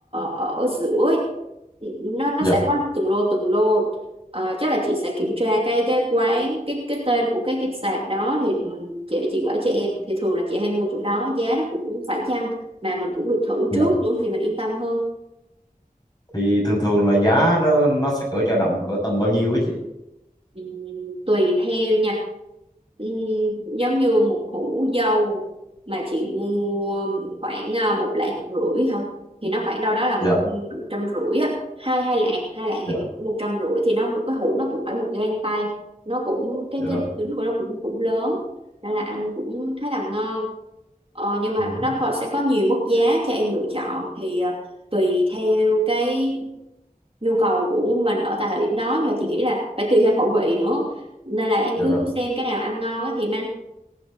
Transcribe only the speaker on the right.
ở giữa ấy, nó nó
sẽ có từng lô từng lô Ờ, chắc là chị sẽ kiểm tra cái cái quán cái cái tên của cái cái sạp đó thì chị chị gửi cho em thì thường là chị hay mua chỗ đó giá nó cũng phải chăng mà mình cũng được thử
trước nữa thì mình yên tâm hơn
Ừ, tùy theo nha Ừ, giống như một củ dâu mà chị mua khoảng à, một lạng rưỡi thôi thì nó khoảng đâu đó là một
trăm rưỡi á hai hai lạng hai lạng
thì một trăm rưỡi thì nó một cái hũ nó cũng phải một gang tay nó cũng cái
cái trứng của nó cũng cũng lớn nên là ăn cũng khá là ngon ờ, nhưng mà
nó có, sẽ có nhiều mức giá cho em lựa chọn thì à, tùy theo cái nhu cầu của mình ở tại thời điểm đó nhưng mà chị nghĩ là phải tùy theo khẩu vị nữa nên là em
cứ
xem cái nào ăn ngon á thì em ăn